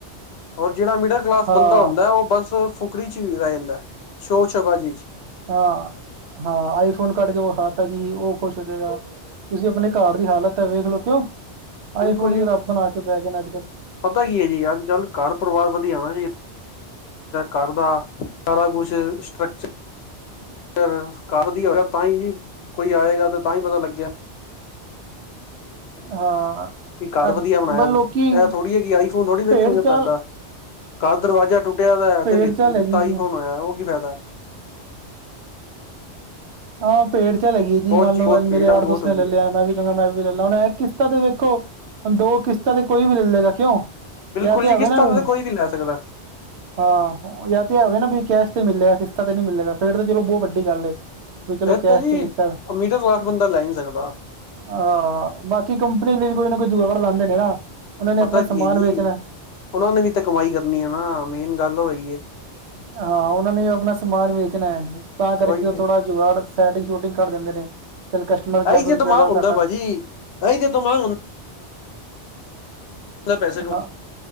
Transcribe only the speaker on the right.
ਹਾਂ
ਹਾਂ ਹਾਂ ਆਈਫੋਨ ਕੱਢ ਕੇ ਵਖਾ ਤਾ ਜੀ ਉਹ ਖੁਸ਼ ਹੋ ਜਾਏਗਾ। ਤੁਸੀਂ ਆਪਣੇ ਘਰ ਦੀ ਹਾਲਤ ਹੈ ਵੇਖ ਲੋ ਕਿਉਂ
ਆਈਫੋਨ
ਹੀ ਰੱਬ ਬਣਾ ਕੇ ਬੈ ਗਏ ਅੱਜ-ਕੱਲ੍ਹ
ਹਾਂ
ਅੱਜ
ਬ
ਲੋਕੀ
ਭੇੜ ਚਾਲ
ਭੇੜ
ਚਾਲ
ਹੈਗੀ
ਜੀ
ਆਹ ਪੇੜ ਚਾਲ ਹੈੈਗੀ ਏ ਜੀ
ਮੰਨ ਲਓ
ਅਜ
ਮੇਰੇ ਯਾਰ
ਦੋਸਤ
ਨੇ ਲੈ ਲਿਆ
ਮੈਂ ਵੀ ਮੈਂ ਵੀ ਲੈ ਲਾਂ, ਹੁਣ ਇਹ ਕਿਸ਼ਤਾਂ ਤੇ ਵੇਖੋ, ਦੋ ਕਿਸ਼ਤਾਂ ਤੇ ਕੋਈ ਵੀ ਲੈ ਲਏਗਾ ਕਿਉਂ?
ਜਾਂ ਤੇ
ਹੋਵੇ ਨਾ ਵੀ,
ਹਾਂ ਜਾਂ ਤੇ ਹੋਵੇ ਨਾ ਬੀ ਕੈਸ਼ ਤੇ ਮਿਲੇਗਾ, ਕਿਸ਼ਤਾ ਤੇ ਨੀ ਮਿਲੇਗਾ, ਫੇਰ ਤਾਂ ਚਲੋ ਬਹੁਤ ਵੱਡੀ ਗੱਲ। ਵੀ ਚਲੋ
ਕੈਸ਼
ਤੇ ਲਿੱਤਾ
ਹਾਂ, ਬਾਕੀ ਕੰਪਨੀ ਵੀ ਕੋਈ ਨਾ ਕੋਈ ਜੁਗਾੜ ਲਾਂਦੇ ਨੇ ਨਾ। ਉਹਨਾਂ ਨੇ
ਆਪਣਾ
ਸਮਾਨ
ਵੇਚਣਾ
ਹਾਂ, ਉਹਨਾਂ ਨੇ ਆਪਣਾ ਸਮਾਨ ਵੇਚਣਾ ਹੈ ਏ, ਤਾਂ ਕਰਕੇ
ਉਹ
ਥੋੜਾ ਜੁਗਾੜ, ਸੈਟਿੰਗ ਸੂਟਿੰਗ ਕਰ ਦਿੰਦੇ ਨੇ। ਚੱਲ ਕਸਟਮਰ ਜ਼ਿਆਦਾ
ਤੋਂ ਜ਼ਿਆਦਾ
ਸਾਡਾ
ਹਾਂ,